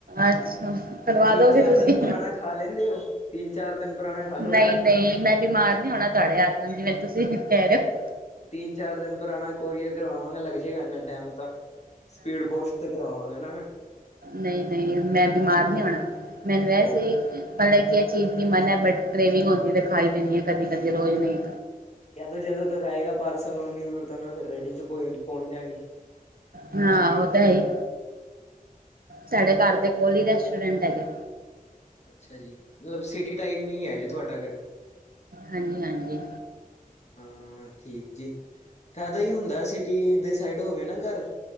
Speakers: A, on the right; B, on the left.
A: ਅੱਛਾ ਕਰਵਾ
B: ਤਿੰਨ
A: ਦੋਗੇ
B: ਚਾਰ
A: ਤੁਸੀਂ,
B: ਦਿਨ ਪੁਰਾਣਾ ਖਾ ਲੈਂਦੇ ਹੋ ਤਿੰਨ ਚਾਰ ਦਿਨ ਪੁਰਾਣਾ ਖਾ ਲੋਗੇ
A: ਨਈ ਨਈ, ਮੈਂ ਬਿਮਾਰ ਨੀ ਹੋਣਾ ਤੁਆਡੇ ਹੱਥ ਨਾਲ ਜਿਵੇ ਤੁਸੀਂ ਕੈ ਰੇ ਹੋ
B: ਤਿੰਨ-ਚਾਰ ਦਿਨ ਪੁਰਾਣਾ ਕੋਰੀਅਰ ਕਰਵਾਗਾ ਲੱਗ ਜੇਗਾ ਇੰਨਾ ਟੈਮ ਤਾਂ ਸਪੀਡ ਪੋਸਟ ਤੇ ਕਰਾਵਾਂਗਾ ਨਾ ਮੈਂ।
A: ਨਈ-ਨਈ ਮੈਂ ਬਿਮਾਰ ਨੀ ਓਣਾ, ਮੈਨ ਵੈਸੇ
B: ਉਹ
A: ਈ ਪਰ ਐ ਕੀ ਐ ਚੀਜ਼ ਦੀ ਮਨਾ ਐ ਬੱਟ ਕ੍ਰੇਵਿਂਗ ਹੁੰਦੀ ਏ ਤੇ ਖਾ ਈ ਲੇਨੀ ਆ ਕਦੀ-ਕਦੀ ਰੋਜ਼ ਨਹੀਂ
B: ਕੈਦੋ ਜਦੋਂ ਤੱਕ ਆਏਗਾ ਪਾਰਸਲ ਓਨੀ ਦੂਰ ਤਾਂ ਮੈਂ ਫੇਰ ਰੇੜੀ ਚ ਪੋ-ਪੋਚ ਜਾਗੀ।
A: ਹਾਂ ਓ ਤਾਂ ਹੈ ਈ। ਸਾਡੇ ਘਰ ਦੇ ਕੋਲ ਈ ਰੈਸਟ੍ਰੋਰੈਂਟ ਹੈਗਾ
B: ਅੱਛਾ ਜੀ, ਮਤਲਬ ਸਿਟੀ ਟਾਈਮ ਮੇ ਈ ਐ ਜੀ ਤੁਆਡਾ ਘੱਰ
A: ਹਾਂਜੀ-ਹਾਂਜੀ।
B: ਹੂੰ, ਠੀਕ ਜੀ। ਫੈਦਾ ਈ ਹੁੰਦਾ ਸਿਟੀ ਦੇ ਸਾਈਡ ਹੋਵੇ ਨਾ ਘੱਰ,